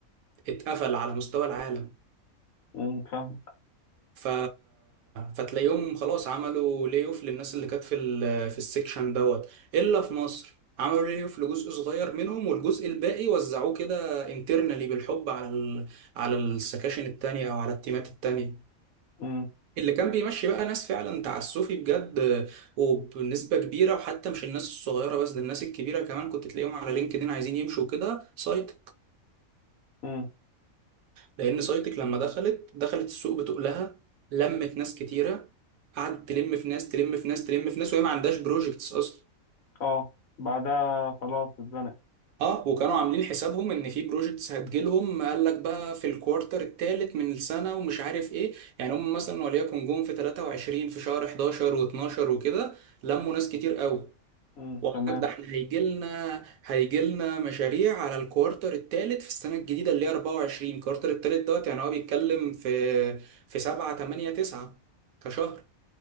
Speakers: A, on the right; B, on the left.
A: اتقفل على مستوى العالم
B: أمم، فاهمك
A: ف... فتلاقيهم خلاص عملوا لي اوف للناس اللي كانت في ال... في السكشن دوت الا في مصر عملوا لي اوف لجزء صغير منهم والجزء الباقي وزعوه كده انترنالي بالحب على ال... على السكاشن التانية او على التيمات التانية
B: أمم،
A: اللي كان بيمشي بقى ناس فعلا تعسفي بجد وبنسبة كبيرة وحتى مش الناس الصغيرة بس ده الناس الكبيرة كمان كنت تلاقيهم على لينكدين عايزين يمشوا كده سايت
B: أمم،
A: لان سايتك لما دخلت دخلت السوق بتقلها لمت ناس كتيره قعدت تلم في ناس تلم في ناس تلم في ناس وهي ما عندهاش بروجكتس اصلا
B: أه بعدها خلاص اتزنقت
A: اه وكانوا عاملين حسابهم ان في بروجكتس هتجيلهم قال لك بقى في الكوارتر الثالث من السنه ومش عارف ايه يعني هم مثلا وليكن جم في 23 في شهر 11 و12 وكده لموا ناس كتير قوي
B: أمم،
A: وعندك
B: تمام
A: ده احنا هيجي لنا هيجي لنا مشاريع على الكوارتر الثالث في السنه الجديده اللي هي 24 الكوارتر الثالث دوت يعني هو بيتكلم في في 7 8 9 كشهر